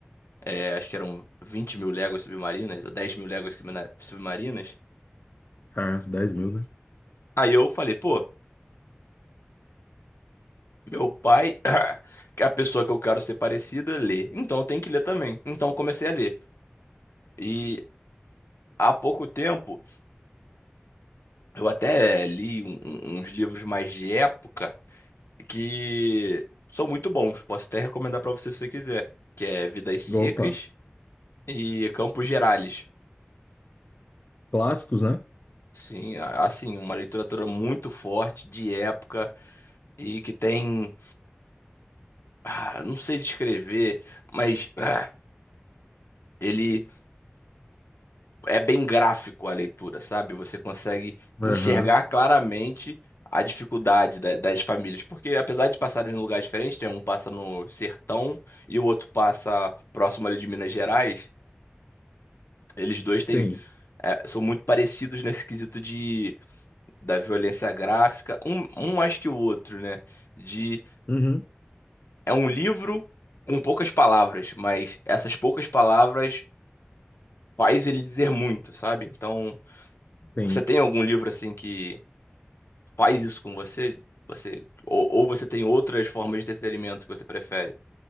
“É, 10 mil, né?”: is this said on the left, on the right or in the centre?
Left